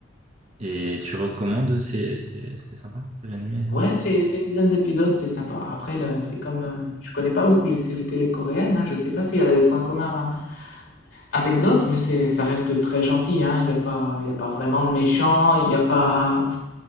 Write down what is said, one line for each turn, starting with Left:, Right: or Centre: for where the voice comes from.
Right: Et tu recommandes, c'est- c'était c'était sympa, t'as bien aimé? euh
Left: Ouais, c'est c'est une dizaine d'épisodes, c'est sympa. Après, là, c'est comme. euh, je connais pas beaucoup les séries télé coréennes, hein, je sais pas si elle a des points communs avec d'autres, mais c'est, ça reste très gentil, hein. Il n'y a pas, il y a pas vraiment de méchants, il y a pas.